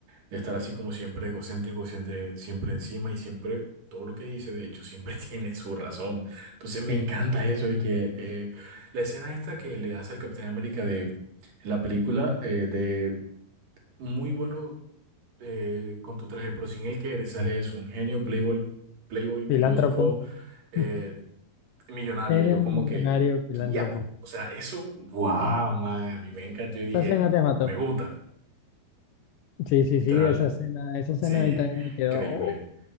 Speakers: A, on the right (about 55°); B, on the left (about 80°).
A: de estar así como siempre egocéntrico, siempre, siempre encima y siempre todo lo que dice, de hecho, siempre <laughs> tiene su razón. Entonces me
B: Sí,
A: encanta eso de que eh, la escena esta que le hace al Capitán América de en la película eh, de muy bueno eh, con tu traje, pero sin él que eres, sale es un genio, playboy, playboy, filósofo,
B: filántropo.
A: eh,
B: <laughs>
A: millonario.
B: Ella
A: Yo
B: es un
A: como
B: millonario
A: que,
B: filántropo.
A: ya, o sea, eso, wow, man, a mí me encantó. Yo dije,
B: Esa escena te mató.
A: me gusta,
B: Sí, sí,
A: literal,
B: sí, esa escena, esa escena
A: sí,
B: a mí también me quedó.
A: increíble.
B: oh.